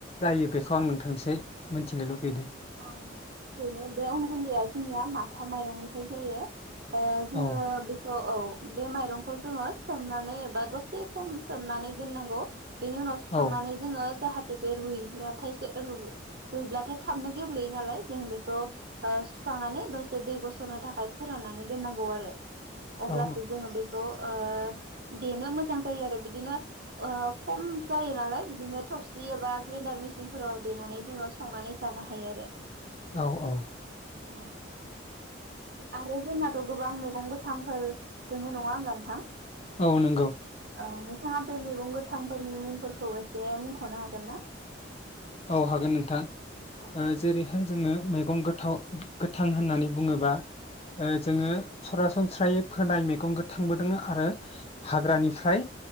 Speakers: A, on the left (about 30°); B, on the right (about 55°).
A: जायो बेखौ आं नोंथांसै मिथिनो लुुबैदोंं
B: औ नोंथां ओरैनो बे अन गुन्दैया जोंनिया माथा माइरंनिफ्राय जायो। ओ
A: औ
B: जोङो बेखौ औ बे माइरंखौ जोङो सोमनानै एबा दसे सम सोमनानै दोननांगौ। बेनि उनाव सुखांनानै
A: औ
B: जोङो जाहा थे बे रुइब्लाथाइसे रुइब्लाथाय थाबनो गेब्लेयो नालाय जों बेखौ सुखांनानै दसे दै गसरनो थाखाय फोराननानै दोननांगौ आरो। अब्लासो
A: औ
B: जोङो बेखौ। ओ देनो मोजां जायो आरो बिदिनो खम जायो नालाय बिदिनो थबसि एबा ग्रेन्डार मेसिनफोराव देनानै जोङो संनानै जानो हायो आरो।
A: औ औ
B: अ आरो जोंनाथ गोबां मैगं गोथांफोर दोङो नङा होमब्ला नोंथां?
A: औ नंगौ।
B: औ नोंथाङा बे मैगं गोथांफोरनि मुंफोरखौ एसे मुंखनो हागोन ना?
A: औ हागोन नोंथां।
B: औ
A: ओ जेरै जोङो मैगं गोथाव गोथां होननानै बुङोबा ओ जोङो
B: औ
A: सरासनस्रा स्रायै फोनाय मेगं गोथांबोदोंङ आरो हाग्रानिफ्राय